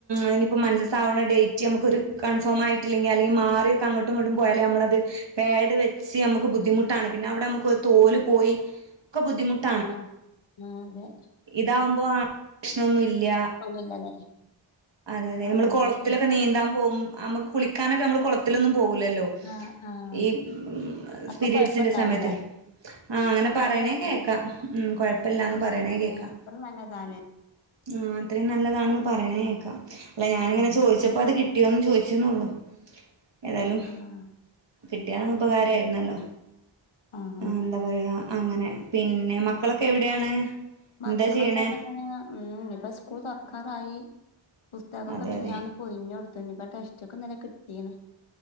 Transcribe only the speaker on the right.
അയ്നിപ്പോ മൻസസാവുന്ന ഡേറ്റ് നമുക്ക് ഒരു കൺഫോമായിട്ടില്ലെങ്കിൽ അല്ലെങ്കിൽ മാറി അങ്ങട്ടും ഇങ്ങട്ടും പോയാല് നമ്മളത് പേട് വെച്ച് നമുക്ക് ബുദ്ധിമുട്ടാണ് പിന്നെ അവിടെ നമുക്ക് തോല് പോയി ഒക്കെ ബുദ്ധിമുട്ട്
ഇതാവുമ്പോ പ്രശ്നൊന്നുല്ല
അതെ അതെ
നമ്മള് കൊളത്തിൽ
ഒക്കെ നീന്താൻ പോകും നമുക്ക് കുളിക്കാനൊക്കെ നമ്മള് കൊളത്തിലൊന്നും പോവൂലല്ലോ
ഈ ഉം
പീരിയഡ്സിന്റെ
സമയത്ത് ആഹ് അങ്ങനെ പറയണേ
കേക്കാം ഉം കൊഴപ്പല്ലാന്ന്
പറയണേ
കേക്കാം
ആഹ് അത്രയും നല്ലതാണെന്ന് പറയണേക്കാം അല്ല ഞാനിങ്ങനെ
ചോദിച്ചപ്പോ അത് കി ട്ടിയോന്ന് ചോയിച്ച്ന്നൊള്ളൂ ഏതാലും
കിട്ടിയ ഉപകാരമായിരുന്നല്ലോ
ഉം ന്താ പറയാ അങ്ങനെ പിന്നെ മക്കളൊക്കെ എവിടെയാണ്
എന്താ ചെയ്യണേ
അതെ
അതെ